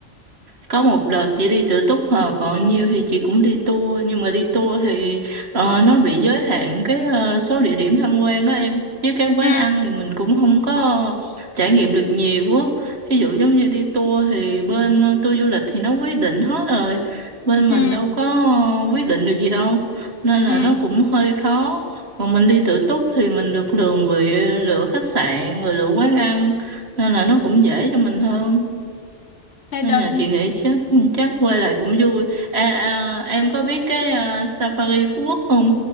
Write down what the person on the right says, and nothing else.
có một đợt chị đi tự túc hờ còn nhiều thì chị cũng đi tour nhưng mà đi tour thì ờ, nó bị giới hạn cái ờ, số địa điểm tham quan á em với cái quán
ăn thì mình cũng không có trải nghiệm được nhiều á ví dụ giống như đi tour thì bên ờ, tour du lịch thì nó quyết định hết rồi bên mình
đâu có ờ, quyết định được gì đâu nên là
nó cũng hơi khó còn mình đi tự túc thì mình được lường vị lựa khách sạn rồi lựa quán ăn nên là nó cũng dễ cho mình hơn
nên
là chị nghĩ chắc ừ, chắc quay lại cũng vui à, à, em có biết cái à, Safari Phú Quốc không